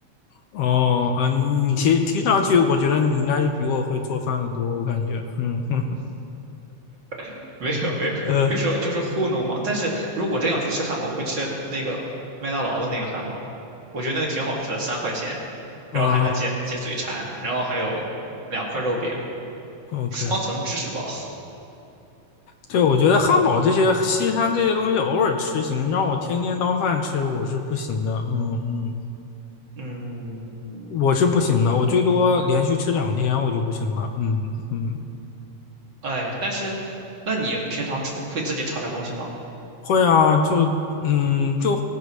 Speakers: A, on the left (about 65°); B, on the right (about 40°).
A: 哦啊，你其实听上去，我觉得你应该是比我会做饭的多，我感觉。嗯嗯
B: <laughs> 没有没有，
A: 呃
B: 就是就是糊弄嘛。但是如果真要去吃汉堡，我会吃那个麦当劳的那个汉堡，我觉得那个挺好吃的，三块钱，
A: 嗯
B: 然后还能解解嘴馋，然后还有两块肉饼，
A: ，OK。
B: 双层芝士堡。
A: 对，我觉得汉堡这些西餐这些东西偶尔吃行，让我天天当饭吃我是不行的。嗯嗯，
B: 嗯，
A: 我是不行的，我最多连续吃两天我就不行了。嗯嗯。
B: 哎，但是，那你平常炒会自己炒点东西吗？
A: 会啊，就嗯，就